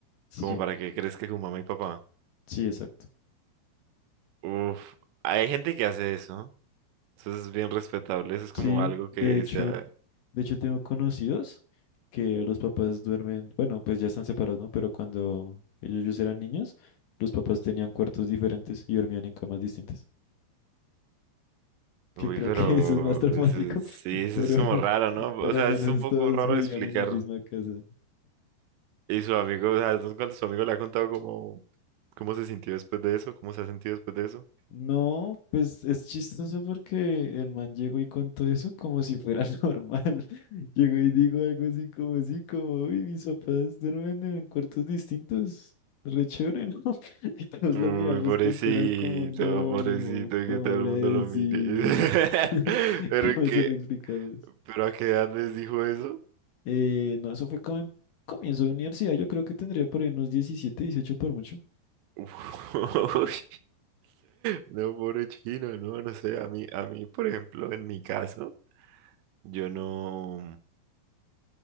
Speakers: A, on the left; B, on the right.
A: Sí,
B: como para que crezca con mamá y papá.
A: sí, exacto.
B: Uf, hay gente que hace eso, eso es bien respetable, eso es como
A: Sí,
B: algo que
A: de hecho,
B: sea
A: de hecho tengo conocidos que los papás duermen, bueno, pues ya están separados, ¿no? Pero cuando ellos ellos eran niños, los papás tenían cuartos diferentes y dormían en camas distintas.
B: Uy,
A: Que creo
B: pero
A: que <laughs> eso es más traumático,
B: es- es-
A: <laughs>
B: sí, eso
A: pero,
B: es
A: <laughs>
B: como raro, ¿no?
A: pero
B: O sea,
A: al menos
B: es un poco
A: todos
B: raro
A: vivían
B: explicar.
A: en la misma casa.
B: Y su amigo, o sea, entonces cuando su amigo le ha contado cómo, cómo se sintió después de eso, cómo se ha sentido después de eso.
A: No, pues es chistoso porque el man llegó y contó eso como si fuera <laughs> normal. Llegó y dijo algo así como así, como, uy, mis papás duermen en cuartos distintos. Re chévere, ¿no? <laughs> Y todos
B: Uy,
A: lo miramos
B: pobrecito,
A: con cara como, no,
B: pobrecito,
A: ¿cómo
B: que todo
A: le
B: el mundo lo
A: decimos?
B: mire. <laughs>
A: <laughs>
B: Pero
A: ¿Cómo
B: que,
A: se lo explicamos?
B: pero a qué edad les dijo eso?
A: Eh, no, eso fue como en comienzo de universidad. Yo creo que tendría por ahí unos 17 18 por mucho.
B: Uy. <laughs> No, pobre chino, no, no sé, a mí, a mí, por ejemplo, en mi caso, yo no,